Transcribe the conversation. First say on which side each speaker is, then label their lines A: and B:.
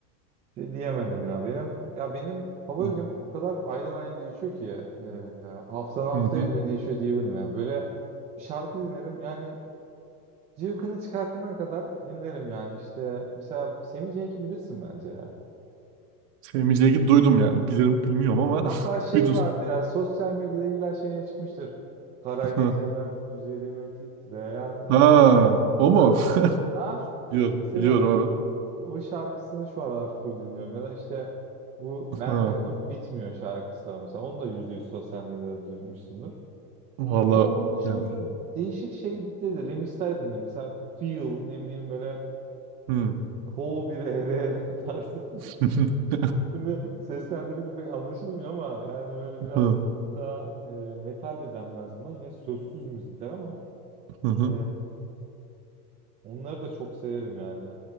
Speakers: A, on the right (about 15°); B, on the right (about 45°).
A: Şey diyemedim ya. Benim ya benim favorim
B: Hı
A: o kadar aydan aya değişiyor ki e, haftadan haftaya
B: hı. hı.
A: bile değişiyor diyebilirim yani. Böyle bir şarkı dinlerim yani cıvkını çıkartana kadar dinlerim yani işte mesela Semih Cenk'i bilirsin bence ya.
B: Sevmeyeceğini duydum yani. Bilirim bilmiyorum ama
A: Hatta
B: <laughs>
A: şey
B: duydum.
A: vardı ya sosyal medyada illa şeye çıkmıştır. Kara geceler
B: Hı.
A: üzerime titreyen.
B: Ha, o mu?
A: Ah
B: <laughs>
A: ah.
B: Biliyorum,
A: Mesela
B: biliyorum evet.
A: o şarkısını şu aralar full dinliyorum. Ya da işte bu
B: Ha.
A: Benfero'nun Bitmiyor şarkısı var. Mesela onu da yüzde yüz sosyal medyada duymuşsundur.
B: Valla
A: Ama onun dışında
B: yani.
A: böyle değişik şey dinleri de remixler dinlerim. Mesela Feel ne bileyim böyle
B: Hı.
A: Ho bir ere ere <laughs> tarzı
B: <laughs>
A: Şimdi seslendirince pek anlaşılmıyor ama yani böyle biraz
B: Hı
A: daha e, metal de denmez buna. Yine sözsüz müzikler ama
B: hı hı.
A: e, onları da çok severim yani.